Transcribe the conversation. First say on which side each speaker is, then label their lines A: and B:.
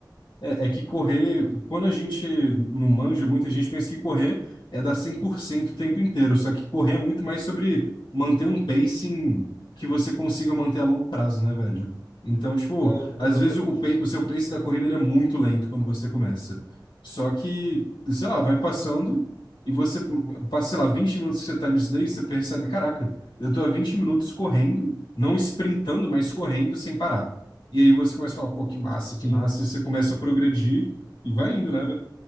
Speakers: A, on the left; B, on the left.
A: É, é que correr, quando a gente não manja, muita gente pensa que correr é dar 100% o tempo inteiro, só que correr é muito mais sobre manter um pacing que você consiga manter a longo prazo, né, velho? Então, tipo,
B: É,
A: às
B: exatamente.
A: vezes o, pa- o seu pace da corrida ele é muito lento quando você começa. Só que, sei lá, vai passando e você passa, sei lá, 20 minutos que você tá nisso daí, você percebe, caraca, eu tô há 20 minutos correndo, não sprintando, mas correndo sem parar. E aí você começa a falar, pô, que massa,
B: Sim.
A: que massa, e você começa a progredir e vai indo, né, ve-